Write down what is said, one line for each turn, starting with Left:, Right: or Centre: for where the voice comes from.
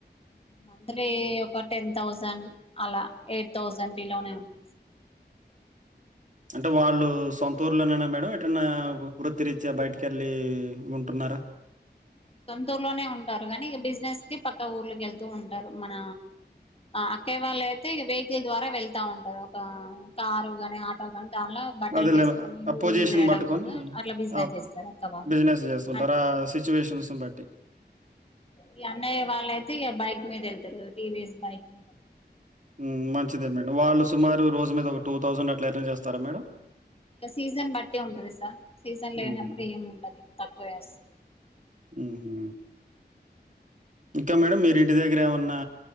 Left: మంత్లీ ఒక టెన్ థౌసండ్ అలా ఎయిట్ థౌసండ్ బిలోనే ఉంటుంది సార్
Right: అంటే వాళ్ళు సొంతూరులోనేనా మేడం ఎటన్నా వృత్తిరీత్యా బయటికేళ్ళి ఉంటున్నారా
Left: సొంతూరు లోనే ఉంటారు కానీ ఇగ బిజినెస్ కి పక్క ఊర్లకి వెళ్తూ ఉంటారు మన అక్కయ్య వాళ్ళు అయితే వెజె ద్వారా వెళ్తా ఉంటారు ఒక కారు గాని ఆటో గాని దాలా బట్టలు
Right: అదేలే
Left: వేసుకొని
Right: ఆ
Left: ఊరు
Right: పొజిషన్
Left: ఊరు తరడం
Right: బట్టుకొని
Left: వల్ల అట్లా బిజినెస్
Right: ఆ
Left: చేస్తారు అక్క వాళ్ళు
Right: బిజినెస్ జేస్తుంటారు.
Left: అ
Right: ఆ సిట్యుయేషన్స్‌ని బట్టి.
Left: ఈ అన్నయ్య వాళ్ళయితే ఇగ బైక్ మీద వెళ్తారు టీవీఎస్ బైక్ ఉంటది
Right: హు మంచిదే మేడం వాళ్ళు సుమారు రోజు మీద ఒక టూ థౌజండ్ అట్లా ఎర్న్ చేస్తారా మేడం
Left: ఇగ సీజన్ బట్టే ఉంటది సార్ సీజన్
Right: హ్మ్.
Left: లేనప్పుడు ఏమి ఉండదు తక్కువే వస్త
Right: మ్ హు ఇంకా మేడం మీరు ఇంటి దగ్గర ఏమన్నా